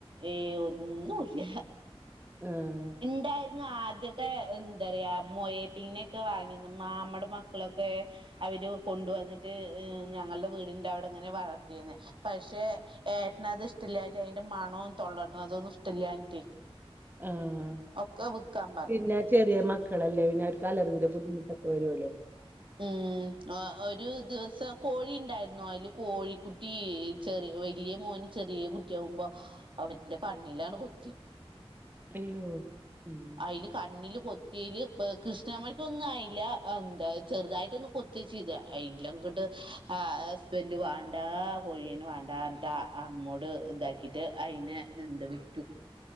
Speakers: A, on the right; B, on the right.
A: ഏഹ് ഒന്നുല്ല്യ
B: ആഹ്
A: ഇണ്ടായിരുന്നു ആദ്യൊക്കെ എന്താ പറയാ മൊയലിനെ ഒക്കെ വാങ്ങിന്ന് മാമ്മടെ മക്കളൊക്കെ അവര് കൊണ്ടുവന്നിട്ട് ഞങ്ങളുടെ വീടിന്റെ അവിടെ ഇങ്ങനെ വളർത്തിയെന്ന് പക്ഷെ ഏട്ടനത് ഇഷ്ടില്ലായിട്ട് അതിന്റെ മണവും തൊള്ളട്ന്നതൊന്നും ഇഷ്ടില്ലായിട്ട്
B: ആഹ്
A: ഒക്കെ വിൽക്കാൻ പറഞ്ഞു
B: പിന്നെ ചെറിയ മക്കളല്ലേ പിന്ന അവർക്ക് അലർജിടെ ബുദ്ധിമുട്ടൊക്കെ വരുവല്ലോ
A: ഉം ഒരു ദിവസം കോഴിണ്ടായിരുന്നോ അതില് കോഴിക്കുട്ടി ചെറിയ വലിയ മോന് ചെറിയ കുട്ടിയാകുമ്പോ അവന്റെ കണ്ണിലാണ് കൊത്തി
B: അയ്യോ ഉം
A: അയില് കണ്ണില് കൊത്തില് കൃഷ്ണമണിക്ക് ഒന്നും ആയില്ല എന്താ ചെറുതായിട്ടൊന്ന് കൊത്തി ചെയ്ത അയിന് അങ്ങോട്ട് ഹസ്ബന്റ് വേണ്ടാ കോഴിന് വേണ്ടട്ടാ അമ്മോട് ഇതാക്കിട്ട് അയിനെ എന്താ വിറ്റു